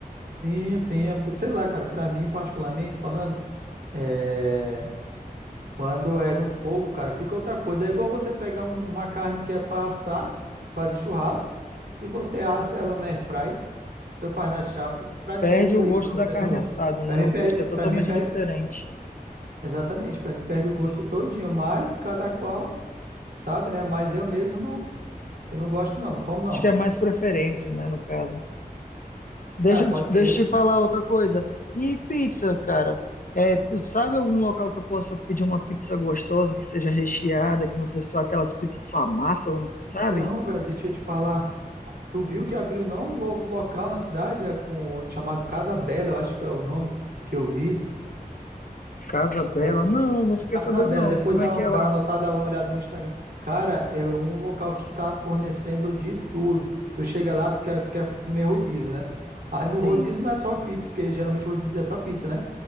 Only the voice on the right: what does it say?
sim, sim. é- sei lá, cara. Pra mim, particularmente falando, é, quando é no fogo, cara, fica outra coisa. É igual você pegar um- uma carne que é pra assar, fazer churrasco, e você assa ela na airfry, eu faz na chapa. Pra
mim, não foi
o
mesmo
gosto.
Pra mim,
perde,
pra mim, perde.
Exatamente, para mim perde o gosto todinho, mas cada qual sabe, né? Mas eu mesmo não, eu não gosto não, não como não.
Ah, pode
ser.
Então, velho, deixa eu te falar, tu viu que abriu não um novo local na cidade, é, com chamado Casa Bela, eu acho que é o nome que eu vi.
É,
era
Casa
Bela,
depois
dá
uma,
dá uma notada, dá uma olhada no Instagram. Cara, é um local que tá fornecendo de tudo. Tu chega lá, tu quer, quer comer rodízio, né? Aí no
rodízio não é só pizza, porque geralmente o rodízio é só pizza, né?